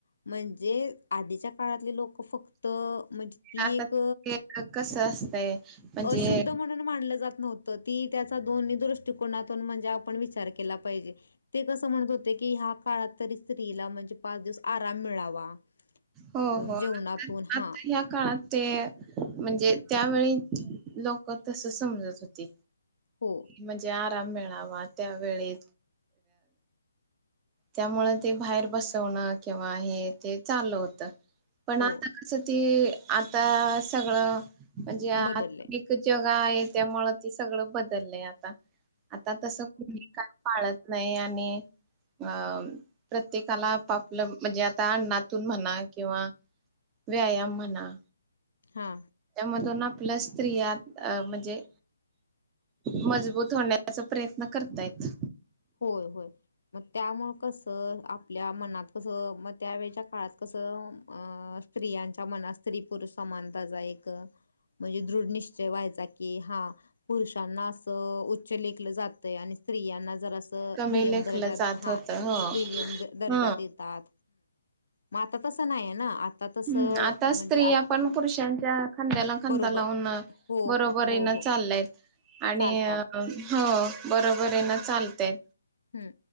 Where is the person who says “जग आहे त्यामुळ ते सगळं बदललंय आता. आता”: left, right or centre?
Right